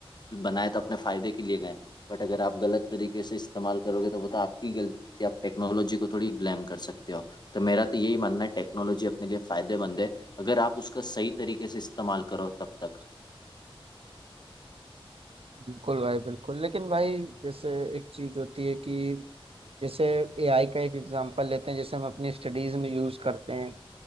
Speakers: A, on the left; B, on the right.
A: बनाए तो अपने फायदे के लिए गए बट अगर आप गलत तरीके से इस्तेमाल करोगे तो वो तो आपकी गलती आप टेक्नोलॉजी को थोड़ी ब्लेम कर सकते हो तो मेरा तो यही मानना है टेक्नोलॉजी अपने लिए फायदेमंद है अगर आप उसका सही तरीके से इस्तेमाल करो तब तक
B: बिल्कुल भाई बिल्कुल लेकिन भाई जैसे एक चीज होती है कि जैसे एआई का एक एग्जांपल लेते हैं जैसे हम अपनी स्टडीज में यूज करते हैं